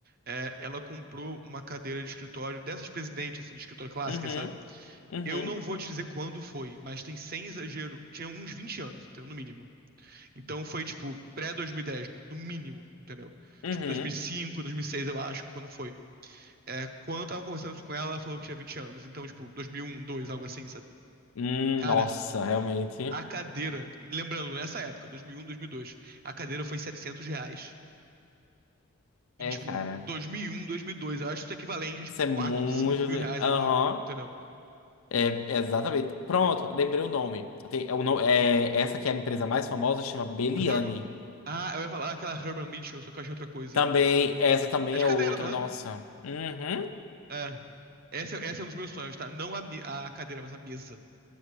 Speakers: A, on the right (about 45°); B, on the left (about 75°).
A: é, ela comprou uma cadeira de escritório dessas presidentes, assim, de escritório clássica,
B: Uhum,
A: sabe?
B: uhum,
A: Eu não vou te dizer quando foi, mas tem sem exagero, tinha uns 20 anos, então, no mínimo. Então foi, tipo, pré dois mil e dez no mínimo, entendeu?
B: uhum.
A: Tipo, 2005, seis eu acho, quando foi. É, quando eu tava conversando isso com ela, ela falou que tinha 20 anos. Então, tipo, 2001, dois mil e um, dois, algo assim, sabe?
B: Hum,
A: Cara,
B: nossa, realmente.
A: a cadeira... Lembrando, nessa época, um 2001, dois a cadeira foi 700 reais.
B: É,
A: Em, tipo,
B: cara.
A: 2001, 2002, eu acho que isso é equivalente a, tipo,
B: Isso é muito.
A: quatro 5 mil reais
B: Aham.
A: agora, entendeu?
B: É, exatamente. Pronto, lembrei o nome. Tem, é, o no- é, essa que é a empresa mais famosa chama Beliane.
A: Herm... Ah, eu ia falar aquela Herman Mitchell, só que eu achei outra coisa.
B: Também, essa também
A: É de
B: é
A: cadeira,
B: outra,
A: não é?
B: nossa. Uhum.
A: É. Essa, essa é um dos meus sonhos, tá? Não a, me- a cadeira, mas a mesa.